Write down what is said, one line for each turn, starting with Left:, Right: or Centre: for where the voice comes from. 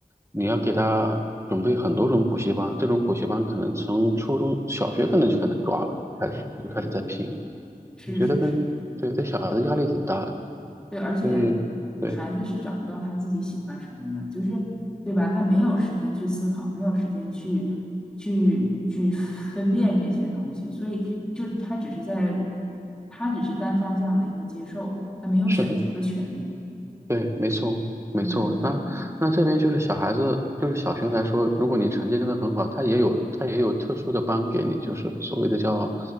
Right: 你要给他准备很多种补习班，这种补习班可能从初中小学可能就可能抓了，开始就开始在拼，
Centre: 对对对，是是是。
Right: 我觉得跟对对小孩的压力挺大的，
Centre: 对，而且孩子是找不到他自己喜欢什么的，
Right: 所以对，
Centre: 就是对吧？他没有时间去思考，没有时间去去去分辨这些东西，所以就他只是在，他只是单方向的一个接受，他没有选择的权利。
Right: 是的。对，没错，没错。
Centre: 嗯嗯
Right: 那那这边就是小孩子，就是小学来说，如果你成绩真的很好，他也有他也有特殊的班给你，就是所谓的叫